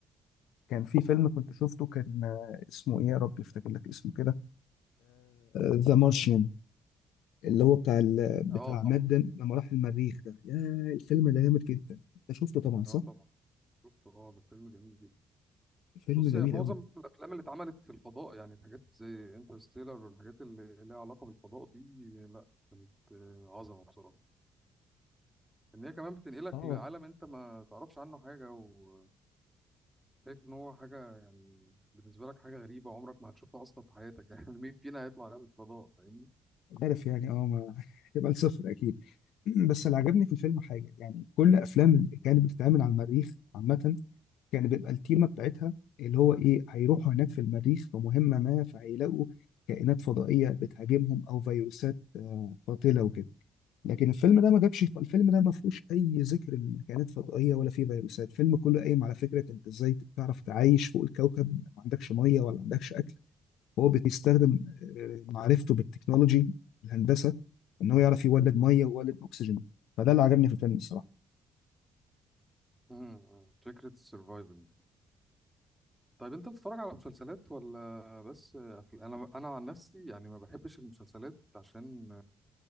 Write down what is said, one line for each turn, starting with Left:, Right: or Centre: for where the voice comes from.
Left: كان في فيلم كنت شفته كان آه، اسمه ايه يا رب يفتكر لك اسمه كده ذا مارشيان اللي هو بتاع ال... بتاع
Centre: اه طبعا
Left: مات ديمون لما راح المريخ ده يا الفيلم ده جامد جدا انت شفته طبعا صح؟
Centre: اه طبعا شفته اه ده فيلم جميل جدا
Left: فيلم
Centre: بص
Left: جميل
Centre: يا معظم
Left: قوي
Centre: الافلام اللي اتعملت في الفضاء يعني الحاجات زي انترستيلر والحاجات اللي ليها علاقه بالفضاء دي لا كانت آه، عظمه بصراحه ان هي كمان بتنقلك
Left: اه
Centre: لعالم انت ما تعرفش عنه حاجه وشايف ان هو حاجه يعني بالنسبه لك حاجه غريبه عمرك ما هتشوفها اصلا في حياتك <laughs> يعني مين فينا هيطلع رحله فضاء فاهمني
Left: عارف يعني اه ما <laughs> هتبقى صفر اكيد <clears throat> بس اللي عجبني في الفيلم حاجه يعني كل افلام اللي كانت بتتعمل على المريخ عامه كان بيبقى التيمه بتاعتها اللي هو ايه هيروحوا هناك في المريخ في مهمه ما فهيلاقوا كائنات فضائيه بتهاجمهم او فيروسات آه، قاتله وكده لكن الفيلم ده ما جابش الفيلم ده ما فيهوش اي ذكر لكائنات فضائيه ولا فيه فيروسات الفيلم كله قايم على فكره انت ازاي تعرف تعيش فوق الكوكب ما عندكش ميه ولا عندكش اكل هو بيستخدم آه، معرفته بالتكنولوجي الهندسه ان هو يعرف يولد ميه ويولد اكسجين فده اللي عجبني في الفيلم الصراحه
Centre: مم. فكره السرفايفنج طيب انت بتتفرج على مسلسلات ولا بس أفل- انا انا عن نفسي يعني ما بحبش المسلسلات عشان